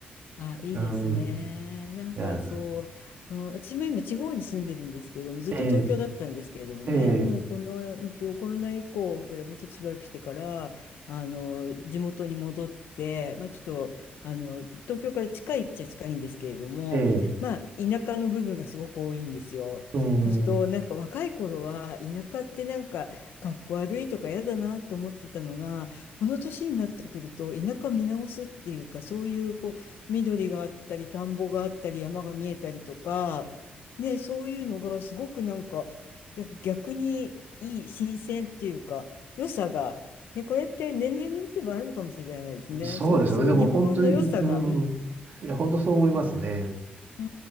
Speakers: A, on the left (about 80°); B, on the right (about 55°).
A: あ、いいですね。
B: うん。
A: なんかそう、
B: いや、
A: うん、私も今地方に住んでるんですけれども、ずっと東京だったんですけれどもね、
B: ええ、ええ、
A: もうこの、うんと、コロナ以降ぐらい、もうちょっとしばらくしてから、あの、地元に戻って、まあちょっと、あの、東京から近いっちゃ近いんですけれども、
B: ええ、
A: まあ田舎の部分がすごく多いんですよ。
B: うん、
A: そうすると、
B: う
A: なんか若い頃は、田舎ってなんか、かっこ悪いとか嫌だなと思ってたのが、この年になってくると、田舎見直すっていうか、そういう、こう、緑があったり、田んぼがあったり、山が見えたりとか、ね、そういうのがすごくなんか、いや、逆にいい、新鮮っていうか、良さが、ね、これって年齢によってもあるのかもしれないですね。
B: ん。そうですよね。
A: すごくそういう日本の良さが、
B: でも本当に、うん。
A: うん、
B: いや、本当そう思いますね。
A: うんう